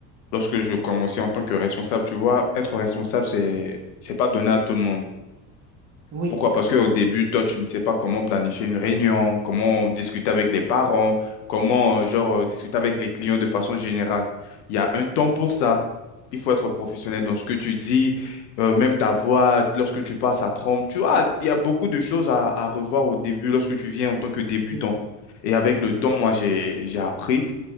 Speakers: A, on the left; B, on the right.
A: lorsque je commençais en tant que responsable, tu vois, être responsable, c'est, c'est pas donné à tout le monde.
B: Oui,
A: Pourquoi? Parce qu'au début, toi, tu ne sais pas comment planifier une réunion, comment discuter avec les parents, comment, euh, genre, euh, discuter avec les clients de façon générale. Il y a un temps pour ça. Il faut être professionnel dans ce que tu dis, euh, même ta voix, lorsque tu passes à tremble. Tu vois, il y a beaucoup de choses à, à revoir au début lorsque tu viens en tant que débutant.
B: oui,
A: Et avec le temps,
B: oui,
A: moi, j'ai, j'ai appris.